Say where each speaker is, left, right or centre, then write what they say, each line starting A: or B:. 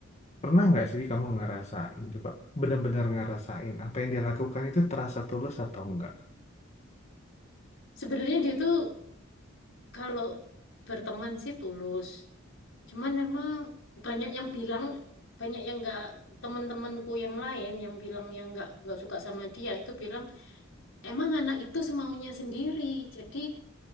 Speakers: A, on the left (about 35°); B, on the left (about 70°).
A: Pernah nggak sih kamu ngerasain coba benar-benar ngerasain apa yang dia lakukan itu terasa tulus atau enggak?
B: Sebenarnya dia tuh kalau berteman sih tulus. Cuman emang banyak yang bilang, banyak yang nggak teman-temanku yang lain yang bilang yang nggak nggak suka sama dia itu bilang emang anak itu semaunya sendiri. Jadi